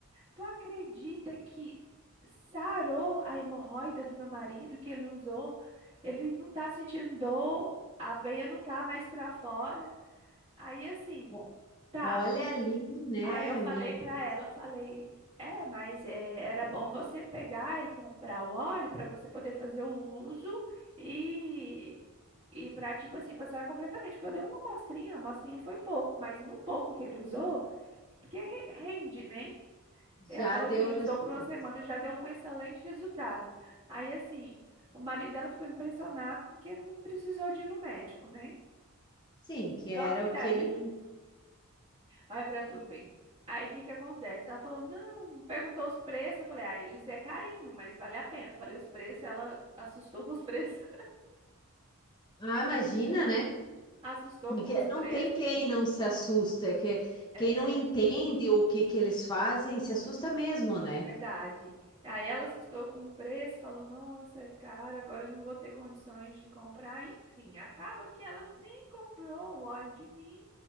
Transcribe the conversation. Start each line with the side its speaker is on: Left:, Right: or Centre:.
Right: Tu acredita que sarou a hemorroida do meu marido que ele usou? Ele não tá sentindo dor, a veia não tá mais pra fora. Aí assim,
Left: Ó,
Right: tá.
Left: Olha ali, né?
Right: Aí eu falei
Left: Meu Deus,
Right: pra ela, eu falei, é, mas é, era bom você pegar e comprar o óleo pra você poder fazer o uso e e para tipo assim passar completamente, porque eu dei uma amostrinha, a amostrinha foi pouco, mas no pouco que ele usou,
Left: sim,
Right: porque re- rende, né? Ela
Left: já
Right: falou
Left: deu
Right: que ele
Left: resultado.
Right: usou por uma semana e já deu um excelente resultado. Aí assim, o marido dela ficou impressionado porque não precisou de ir no médico, né?
Left: Sim, que era
Right: Só que
Left: o
Right: daí
Left: que ele não.
Right: Olha pra tu ver. Aí o que que acontece? Ela falou, não, perguntou os preços. Eu falei, ah, eles é carinho, mas vale a pena. Eu Falei os preços, ela assustou com os preços.
Left: Ah, imagina, né?
Right: <laughs> Assustou com
Left: Que
Right: os
Left: Não
Right: preços.
Left: tem quem não se assusta, que
Right: É
Left: quem não entende o que que eles fazem se assusta mesmo, né?
Right: verdade. Aí ela assustou com o preço, falou, nossa, é caro, agora eu não vou ter condições de comprar. Enfim, acaba que ela nem comprou o óleo de mim,